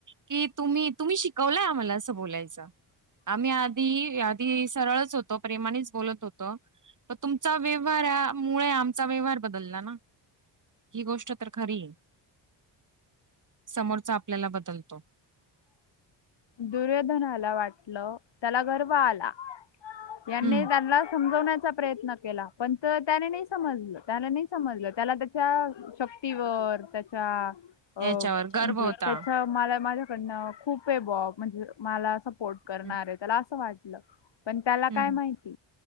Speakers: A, on the right (about 40°); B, on the left (about 60°).
A: की तुम्ही तुम्ही शी कवलय आम्हाला असं बोलायचं आम्ही आधी आधी सरळच होतो. प्रेमानेच बोलत होतो. तर तुमचा व्यवहार यामुळे आमचा व्यवहार बदलला ना. ही गोष्ट तर खरी आहे समोरचा आपल्याला बदलतो.
B: दुर्योधनाला वाटलं. त्याला गर्व आला. यांने
A: हम्म
B: त्यांना समजवण्याचा प्रयत्न केला पण त्याने नाय समजलं त्याने नाय समजलं त्याला त्याच्या शक्तीवर त्याच्या अ
A: याच्यावर गर्भ
B: म्हणजे
A: होता
B: त्याच्या मला माझ्याकडनं खूपये बॉ म्हणजे मला फोट करणार
A: हम्म
B: आहे. त्याला असं वाटलं पण त्याला काय
A: हम्म
B: माहिती